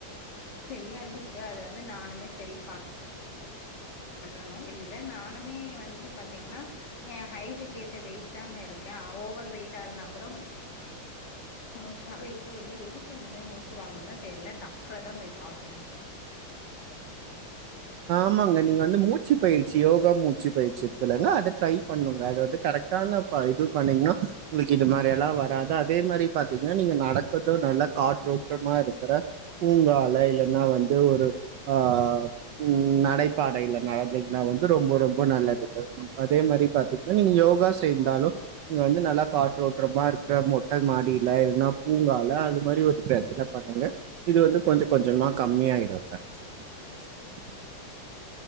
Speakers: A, on the left; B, on the right.
A: செரியாந்துக்கு அத வந்து நானுமே செரிப்பன் பண்ணணு தெரியல நானுமே வந்து பாத்தீங்கன்னா ஏ ஹைட்டுக்கு ஏத்த வெயிட் தாங்க இருக்கே ஆ ஓவர் வெயிட் ஆலனா கூட மூச்சு வா போயிட்டோ இல்ல எதுக்கு இந்த மாரி மூச்சு வாங்குன்னு தெர்ல டாக்டரதா போய் பாக்கணு
B: ஆமாங்க நீங்க வந்து மூச்சு பயிற்சி யோகா மூ ச்சு பயிற்சி இருக்கிளங்க அத ட்ரை பண்ணுங்க அது வந்து கரெக்டான பா இது பண்ணீங்கன்னா உங்களுக்கு இது மாரியா லா வராது அதே மாரி பாத்தீங்கன்னா நீங்க நடக்குறதோ நல்லா காற்றோட்டமா இருக்குற பூங்கால இல்லன்னா வந்து ஒரு ஆ ம் நடைப்பாடையில நடந்தீங்கன்னா வந்து ரொம்ப ரொம்ப நல்லதுங்க அதே மாரி பாத்தீங்கன்னா நீங்க யோகா சேந்தாலு இங்க வந்து நல்லா காற்றோட் ட்றமா இருக்குற மொட்டை மாடில இல்னா பூங்கா லா அது மாரி ஒரு ப்ராத்தன பண்ணுங்க இது வந்து கொஞ்சோ கொஞ்சமா கம்மியாயிடுங்க <inaudible>